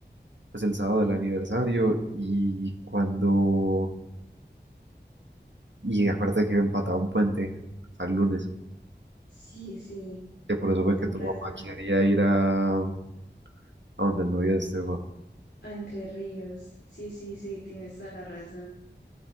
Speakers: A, on the right; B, on the left.
A: pues el sábado del aniversario y cuando... Y acuérdate que empataba un puente al lunes,
B: sí, sí,
A: que por eso fue
B: con
A: que tu
B: razón.
A: papá quería ir a, a donde el novio de Esteban.
B: A Entre Ríos, sí, sí, sí, tienes toda la razón.